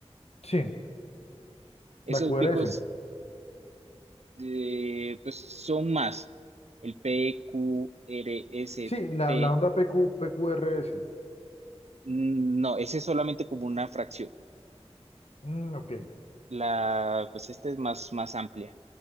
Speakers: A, on the left (about 70°); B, on the right (about 80°).
A: sí,
B: Esos
A: la QRS.
B: picos eh, pues son más. El P, Q, R, S,
A: Sí, la,
B: T.
A: la onda PQ, PQRS.
B: Mm, No, ese es solamente como una fracción.
A: Mm, ok,
B: La, pues esta es más, más amplia.